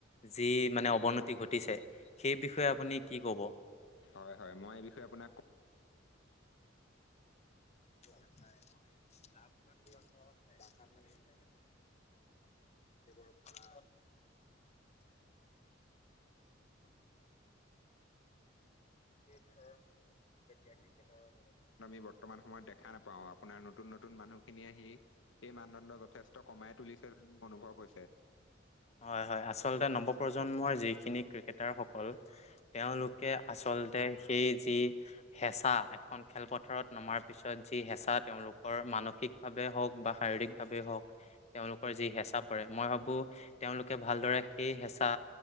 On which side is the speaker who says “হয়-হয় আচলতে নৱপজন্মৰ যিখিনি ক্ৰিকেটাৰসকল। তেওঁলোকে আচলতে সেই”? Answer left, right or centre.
Left